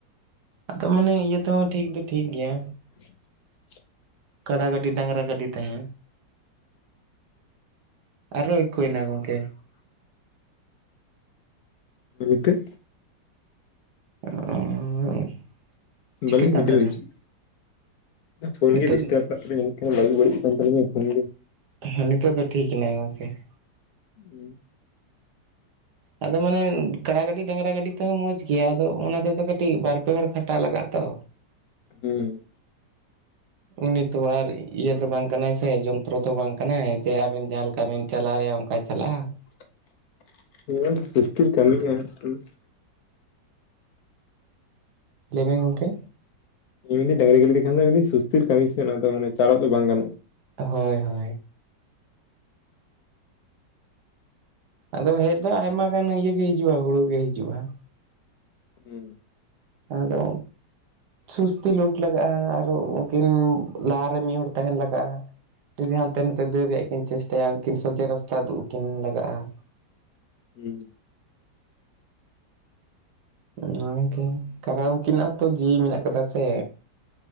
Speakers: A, on the right; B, on the left.
A: ᱟᱫᱚ ᱢᱟᱱᱮ ᱤᱭᱟᱹ ᱛᱮᱦᱚᱸ ᱴᱷᱤᱠ ᱫᱚ ᱴᱷᱤᱠ ᱜᱮᱭᱟ᱾
B: <unintelligible>
A: ᱠᱟᱰᱟ ᱜᱟᱹᱰᱤ ᱰᱟᱝᱨᱟ ᱜᱟᱹᱰᱤ ᱛᱟᱦᱮᱸ᱾ ᱟᱨᱚ ᱤᱠᱳᱭᱮᱱᱟ ᱜᱚᱝᱠᱮ
B: <inaudible> ᱱᱤᱛᱳᱜ?
A: <unintelligible> ᱪᱤᱠᱟᱹᱜ
B: ᱵᱟᱹᱞᱤᱧ
A: ᱠᱟᱱ
B: ᱵᱩᱡ
A: ᱛᱟᱵᱮᱱᱟ
B: ᱫᱟᱲᱮᱭᱟᱜ ᱪᱮᱫ? ᱯᱷᱳᱱ
A: ᱱᱤᱛᱚᱜ
B: ᱜᱮ ᱰᱤᱥᱴᱟᱵ ᱠᱟᱫ ᱛᱟᱞᱤᱧᱟ ᱢᱤᱫᱴᱟᱝ ᱵᱟᱭᱤᱠ ᱵᱟᱹᱲᱤᱡ ᱠᱟᱱ ᱛᱟᱞᱤᱧ ᱮᱠᱷᱚᱱ ᱜᱮ᱾
A: ᱦᱮᱸ ᱱᱤᱛᱚᱜ ᱫᱚ ᱴᱷᱤᱠ ᱮᱱᱟᱭ ᱜᱚᱝᱠᱮ ᱾
B: <unintelligible>
A: ᱟᱫᱚ ᱢᱟᱱᱮ ᱠᱟᱲᱟ ᱜᱟᱰᱤ ᱰᱟᱝᱨᱟ ᱜᱟᱰᱤ ᱛᱮ ᱦᱚᱸ ᱢᱚᱸᱡᱽ ᱜᱮᱭᱟ ᱟᱫᱚ ᱚᱱᱟ ᱠᱟᱹᱴᱤᱡ ᱵᱟᱨ ᱯᱮ ᱦᱚᱲ ᱠᱷᱟᱴᱟᱜ ᱞᱟᱜᱟᱜ-ᱟ ᱛᱚ᱾
B: ᱦᱩᱸ᱾
A: ᱩᱱᱤ ᱛᱚ ᱟᱨ ᱤᱭᱟᱹ ᱫᱚ ᱵᱟᱝ ᱠᱟᱱᱟᱭ ᱥᱮ ᱡᱚᱱᱛᱨᱚ ᱫᱚ ᱵᱟᱝ ᱠᱟᱱᱟᱭ ᱡᱮ ᱟᱵᱮᱱ ᱡᱟᱦᱟᱸ ᱞᱮᱠᱟ ᱵᱤᱱ ᱪᱟᱞᱟᱣᱭᱟ ᱚᱱᱠᱟ ᱪᱟᱞᱟᱜ-ᱟ ᱾
B: <unintelligible>
A: ᱞᱟᱹᱭ ᱵᱮᱱ ᱜᱚᱢᱠᱮ
B: ᱤᱧ ᱢᱮᱱᱫᱟᱹᱧ ᱰᱟᱝᱨᱤ ᱜᱟᱹᱰᱤ ᱛᱮ ᱠᱷᱟᱱ ᱢᱤᱫ ᱥᱩᱛᱤᱨ ᱠᱟᱹᱢᱤ ᱥᱮ ᱚᱱᱟᱫᱚ ᱪᱟᱬᱚᱜ ᱫᱚ ᱵᱟᱝ ᱜᱟᱱᱚᱜ-ᱟ᱾
A: ᱦᱳᱭ ᱦᱳᱭ ᱾ ᱟᱫᱚ ᱦᱮᱡ ᱫᱚ ᱟᱭᱢᱟ ᱜᱟᱱ ᱤᱭᱟᱹ ᱜᱮ ᱦᱤᱡᱩᱜ-ᱟ ᱦᱩᱲᱩ ᱜᱮ ᱦᱤᱡᱩᱜ-ᱟ ᱾
B: ᱦᱩᱸ ᱾
A: ᱟᱫᱚ ᱥᱩᱥᱛᱤ ᱞᱳᱰ ᱞᱟᱜᱟᱜ-ᱟ ᱟᱨᱚ ᱩᱱᱠᱤᱱ ᱞᱟᱦᱟᱨᱮ ᱢᱤᱫ ᱦᱚᱲᱚᱲ ᱛᱟᱦᱮᱱ ᱞᱟᱜᱟᱜ-ᱟ᱾ ᱡᱩᱫᱤ ᱦᱟᱱᱛᱮ ᱱᱟᱛᱮ ᱫᱟᱹᱲ ᱨᱮᱭᱟᱜ ᱠᱤᱱ ᱪᱮᱥᱴᱟᱭᱟ ᱩᱱᱠᱤᱱ ᱥᱚᱡᱷᱮ ᱨᱟᱥᱛᱟ ᱩᱫᱩᱜ ᱟᱹᱠᱤᱱ ᱞᱟᱜᱟᱜ-ᱟ ᱾
B: ᱦᱩᱸ ᱾
A: ᱚᱱᱟᱜᱮ ᱠᱟᱨᱚᱱ ᱩᱱᱠᱤᱱᱟᱜ ᱛᱚ ᱡᱤᱣᱤ ᱢᱮᱱᱟᱜ ᱠᱟᱫᱟ ᱥᱮ